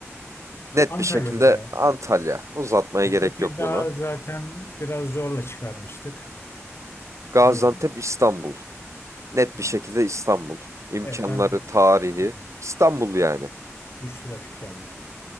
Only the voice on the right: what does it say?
Net
bir şekilde
Antalya. Uzatmaya
gerek
yok bunu.
Gaziantep,
İstanbul. Net
bir şekilde İstanbul. İmkanları,
tarihi.
İstanbul yani.